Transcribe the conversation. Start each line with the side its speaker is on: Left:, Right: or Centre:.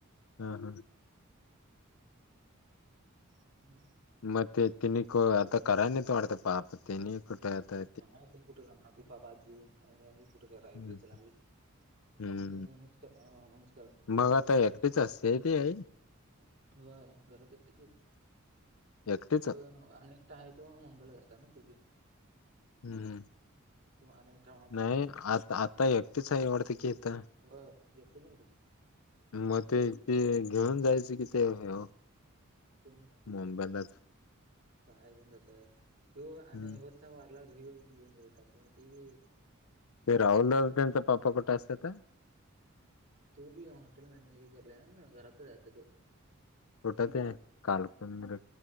Left: हा हा.
Right: हम्.
Left: म ते तेनिक आता कराय नाईत वाटत, पाप तेनी कुठ येतय?
Right: हा हाय ते कुठं काम हाती पाप बाबा आजी कुठे कराय
Left: हम्म
Right: ते त्याला लावील.
Left: हम्म.
Right: च <unintelligible>
Left: मग आता एकटीच असते ती आई
Right: व्हय घरातच एकटीच होती ना
Left: एकटीच
Right: तोय नवरा आणि अनेकटा हाय तो मुंबईलच असतात ना तो बी
Left: हम् हम्
Right: तो आणि एकटा मामा
Left: नाही आता आता एकटीच आहे आवडतें की इथ
Right: बर येतो मी बी
Left: मग ते ते घेऊन जायच कि ते ह्याव
Right: कोण?
Left: मुंबईलाच
Right: काय घेऊन जाताय? ह्यो आणि
Left: हम्म
Right: ह्यो होता वारला ह्यो घेऊन जाईता पण ती अ
Left: ते राहुल दाल त्यांचे पाप्पा कुठे असत्यात ओ.
Right: तो कणी हॉटेल मॅनेजमेंट घेतल्यानं, घरातच आहे आता तो
Left: कुठ ते अ? कालकुंदरे.